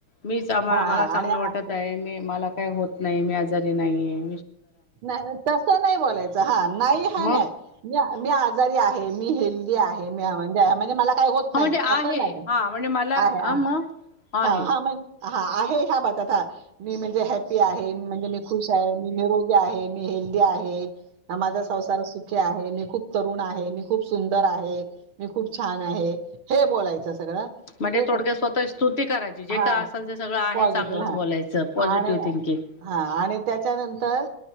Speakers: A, on the left; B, on the right.
A: मीच मला
B: हा हा.
A: चांगलं
B: आणि आ-
A: वाटत आहे. मी मला काही होत नाही. मी आजारी नाही आहे.
B: नाही, तसं नाही बोलायचं, हा, नाही-हा
A: मग
B: नाही, मी-मी आजारी आहे. मी हेल्दी आहे, मी आनंदी आहे, म्हणजे मला काय होत
A: हा
B: नाही?
A: म्हणजे
B: नाही,
A: आहे
B: असं नाही
A: हा म्हणजे मला
B: आहे-आहे,
A: ह मग आहे.
B: हा-हा, मग. हा आहे, ह्या बातात हा. मी म्हणजे हॅप्पी आहे, म्हणजे मी खुश मी निरोगी आहे, मी हेल्दी आहे, हा माझा संसार सुखी आहे, मी खूप तरुण आहे, मी खूप सुंदर आहे. मी खूप छान आहे, हे बोलायचं सगळं.
A: म्हणजे,
B: हे सग
A: थोडक्यात स्वतःची स्तुती करायची, जे
B: हां,
A: काय असाल, ते सगळं आहे
B: पॉझिटिव्ह
A: चांगलंच
B: हां.
A: बोलायचं, पॉझिटिव्ह
B: आणि
A: थिंकिंगं.
B: हा, आणि त्याच्यानंतर